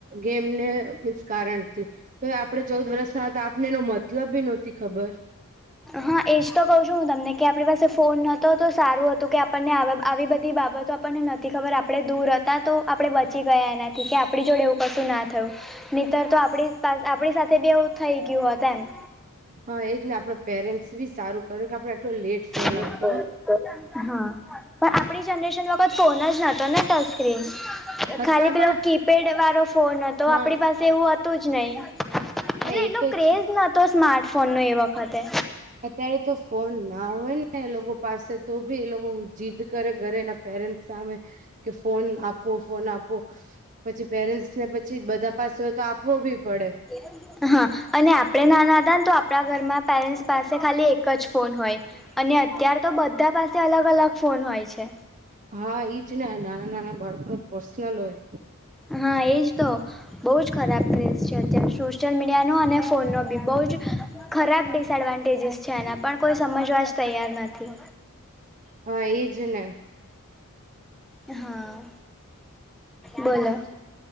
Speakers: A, on the right; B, in the centre.
A: ગેમને કારણ થી તો આપડે ચૌદ વર્ષના હતા આપને એનો મતલબ બી નહોતી ખબર
B: હા એજ તો કહું છું હું તમને કે આપણી પાસે ફોન નતો તો સારું હતું કે આપણને આવી બધી બાબતો આપણને નથી ખબર આપણે દૂર હતા તો આપડણે બચી ગયા એનાથી કે આપણી જોડે એવું કશું ના થયું નીતર તો આપડી આપણી સાથે બી એવું થઈ ગયું હોત એમ
A: હા એ જ ને આપડા પેરેન્ટ્સ બી સારું કરે કે આપડે આટલો લેટ ફોન
B: હા
A: આપ્યો
B: પણ આપડી જનરેશન ફોન જ નોતો ને ટચસ્ક્રીન
A: હતા
B: ખાલી પેલો
A: પણ
B: કીપેડ વાળો ફોન હતો
A: હા
B: આપણી પાસે એવું હતું જ નહી એટલે
A: હા એ
B: એટલો
A: તો
B: ક્રેઝ
A: છે
B: નતો સ્માર્ટફોન નો એ વખતે
A: અત્યારે તો ફોન ના હોય ને એ લોકો પાસે તો બી એ લોકો જીદ કરે ઘરે એના પેરેન્ટ સામે કે ફોન આપ આપો ફોન આપવો પછી પેરેન્ટ્સ ને પછી બધા પાસે તો આપવો બી પડે
B: <inaudible> હા અને આપણે ના ના હતા ને તો આપણા ઘરમાં પેરેન્ટ્સ પાસે ખાલી એક જ ફોન હોય અને અત્યાર તો બધા પાસે અલગ અલગ ફોન હોય છે
A: હા ઈજ ને નાના નાના બાળકો ને પર્સનલ હોય
B: હા એજ તો બહુ જ ખરાબ ક્રેઝ છે અત્યારે સોશિયલ મીડિયાનો અને ફોનનો બી બહુ જ ખરાબ ડિસએડવાન્ટેજસ છે એના પણ કોઈ સમજવા જ તૈયાર નથી
A: હ એજ ને
B: હા બોલો
A: ઇટ્સ